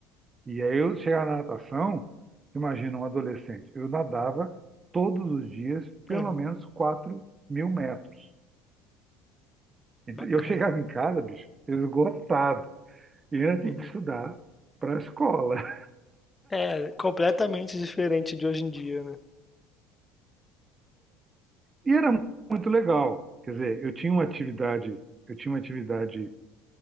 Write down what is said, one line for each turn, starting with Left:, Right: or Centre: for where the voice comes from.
Right: E aí eu chegava na natação, imagina um adolescente, eu nadava todos os dias pelo
Left: uhum,
Right: menos 4 mil metros. Então,
Left: bacana.
Right: eu chegava em casa, bicho, esgotado. E eu ainda tinha
Left: Uhum.
Right: que estudar para a escola. <laughs>
Left: É, completamente diferente de hoje em dia, né.
Right: E era muito legal. Quer dizer, eu tinha uma atividade, eu tinha uma atividade